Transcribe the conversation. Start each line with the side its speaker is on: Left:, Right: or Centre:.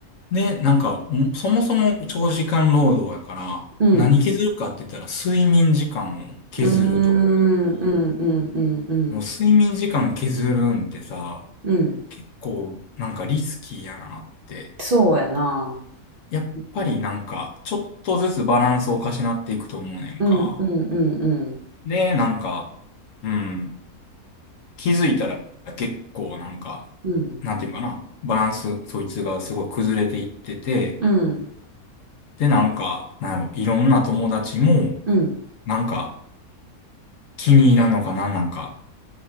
Left: で、なんか、んそもそも長時間労働やから、
Right: うん。
Left: 何削るかって言ったら、睡眠時間を削ると。
Right: うーん、
Left: で
Right: うん、うん、うん、うん。
Left: も睡眠時間削るんってさ、
Right: うん、
Left: 結構なんかリスキーやなって。
Right: そうやな。
Left: やっぱりなんか、
Right: うん。
Left: ちょっとずつバランスをおかしなっていくと思うねんか。
Right: うんうんうんうん
Left: で、なんか、うん、気づいたら結構なんか、
Right: うん
Left: なんていうかな、バランス、そいつがすごい崩れていってて、
Right: うん
Left: で、なんか、なんやろ、いろんな友達も、
Right: うん
Left: なんか、気に入らんのかな、なんか、